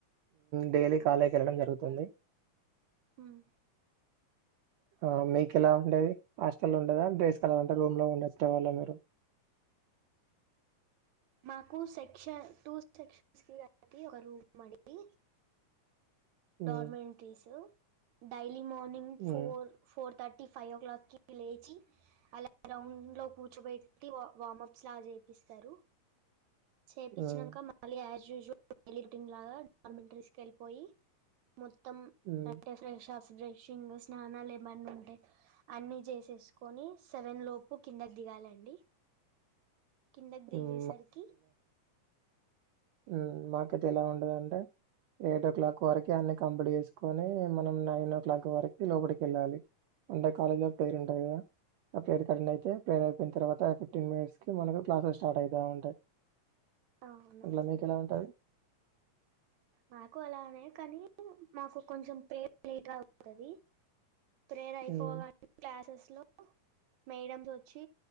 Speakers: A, on the right; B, on the right.
A: డైలీ
B: ఆ
A: కాలేకి వెళ్ళడం జరుగుతుంది.
B: ఉమ్
A: ఆ మీకు ఎలా ఉండేది. హాస్టల్ ఉండేదా, డే స్కాలర్ అంటే రూమ్ లో ఉండేటివాళ్ల మీరు.
B: మాకు సెక్షన్ టూ సెక్షన్స్ కి కలిపి ఒక రూమ్ అండి.
A: హ్మ్
B: డార్మెంట్రీసు డై ఎర్లీ మార్నింగ్
A: హ్మ్
B: four four thirty tea five ఓ క్లాక్కిి లేచి అల్లారం ఇంట్లో కూర్చోబెట్టి వా వామప్స్ లా చేపిస్తరు. చేపచ్చినంక
A: హ్మ్
B: మళ్ళీ యాస్ యుస్వల్ <inaudible> టింగ్ లాగా డార్మెంటరీస్కి వెళ్ళిపోయి మొత్తం
A: హ్మ్
B: అంటే ఫ్రేష్అప్స్ బ్రెషింగ్, స్నానాలు ఏమన్న ఉంటే అన్ని చేసేసుకొని సెవెన్ లోపు కిందకి దిగాలండి. కిందకి దిగేసరికి
A: హ్మ్ హుమ్ మాకైతే ఎలా ఉండేదంటే, ఎయిట్ ఓ క్లాక్ వరకు అన్ని కంప్లీట్ చేసుకొని, మనం నైన్ ఓ క్లాక్ వరకు లోపడికి వెళ్ళాలి. అంటే కాలేజ్లో ప్రేర్ ఉంటది కదా ఆ ప్రేర్ కి అటెండ్ అయితే, ప్రేర్ అయిపోయిన తర్వాత ఫిఫ్టీన్ మినిట్స్కి మనకు క్లాసెస్ స్టార్ట్ అయితా ఉంటాయి.
B: అవునా
A: అట్లా మీకు ఎలా ఉంటది.
B: మాకు అలానే కానీ మాకు కొంచెం ప్రేర్ లేట్ అవుతది ప్రేర్ అయిపోవగానే
A: ఉమ్,
B: క్లాసెస్ లో మేడమ్స్ వచ్చి